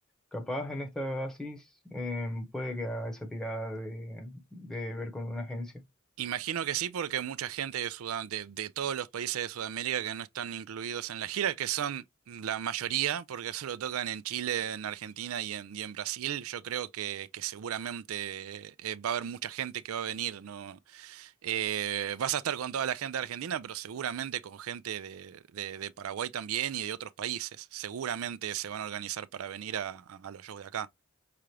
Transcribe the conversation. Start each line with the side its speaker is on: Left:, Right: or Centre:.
Centre: capaz en esta basis eh, puede que haga esa tirada de, de ver con una agencia.
Right: Imagino que sí, porque mucha gente de, Sudam- de, de todos los países de Sudamérica que no están incluidos en la gira, que son la mayoría, porque <laughs> solo tocan en Chile, en Argentina y en, y en Brasil, yo creo que, que seguramente eh, va a haber mucha gente que va a venir, ¿no? Eh, vas a estar con toda la gente de Argentina, pero seguramente con gente de, de- de Paraguay también y de otros países. Seguramente se van a organizar para venir a, a- a los shows de acá.